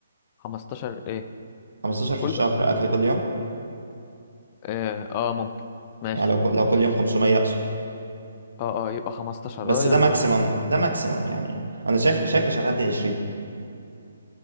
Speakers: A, on the left (about 30°); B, on the right (about 80°).
A: خمستاشر إيه
B: 15 في
A: كله
B: الشهر اكل كل يوم
A: آه, آه ممكن ماشي
B: يعني لو لو كل يوم 500 اقصد
A: آه آه يبقى خمستاشر
B: بس
A: آه يا
B: ده
A: مع
B: ماكسيمم ده ماكسيمم يعني انا شايف شايف مش هتعدي 20